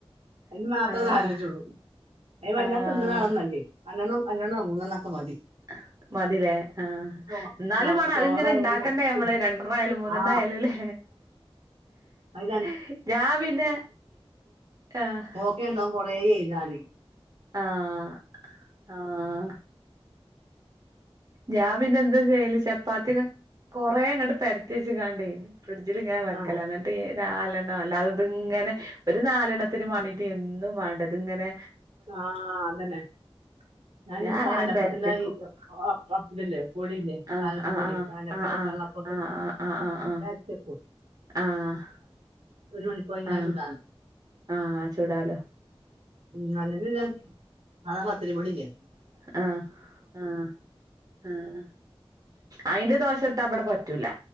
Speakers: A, on the right; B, on the right.
A: അതിന് മാത്ര
B: ആഹ്
A: <unintelligible> അയിന് വല്ലാനിന്ന്ണാളൊന്നല്ലേയ്
B: ആഹ്
A: രണ്ടെണോ മൂന്നെണ്ണൊക്കെ മതി.
B: അഹ് മതിലേ ആ
A: ചോ
B: ന്നാലും
A: ആ
B: മാണം
A: ചോറായാലും
B: അത്ങ്ങനെ ഇണ്ടാക്കണ്ടേ
A: കുറച്ച്
B: നമ്മള് രണ്ടെണ്ണായാലും മൂന്നെണ്ണായാലുംല്ലേ?
A: ആ അത്
B: ഹി ഹി ഞാ പിന്നെ ആഹ്
A: ഓക്ക്നെണ്ടാവും കൊറേ എയ്താന്.
B: ആഹ ആഹ ഞാൻ പിന്നെ എന്താ ചെയ്യല് ചപ്പാത്തിയൊക്കെ കൊറെ അങ്ങട്ട് പരത്തി വെച്ച് കാണ്ടെ ഫ്രിഡ്ജിൽ ഇങ്ങനെ വെക്കല
A: ആ
B: എന്നിട്ട് നാ അല്ലാതെഇത് ഇങ്ങനെ, ഒരു നാലെണ്ണത്തിനും വാണ്ടിട്ട് എന്നും വാണ്ടെ തിങ്ങനെ.
A: ആ അതന്നെ ഞാനിപ്പ
B: ഞാൻ അങ്ങനെണ്ട്
A: പാലപ്പത്തിൻ്റയി
B: പരത്തിവെക്കും
A: ഓ <unintelligible> പൊടിയില്ലേ
B: ആഹ്
A: പാലപ്പ
B: ആഹ്
A: പൊടി പാലപ്പം
B: ആഹ്
A: വെള്ളപ്പൊക്കെ
B: ആഹ് ആഹ് ആഹ് ആഹ്
A: അത് അരച്ച <unintelligible>
B: ആഹ് ആഹ് ആഹ്
A: ഒരു മണിക്കൂറ ഴിഞ്ഞാൽ
B: ആഹ്
A: ചൂടാലൊ
B: ആഹ് ചുടാലോ
A: ഉം.. അല്ലെങ്കി ഞാൻ സാധാ പത്തിരി പൊടില്ലേ?
B: ആഹ ആഹ ആഹ അയ്ന്റെ ദോഷട്ടാ ഇവടെ പറ്റൂല.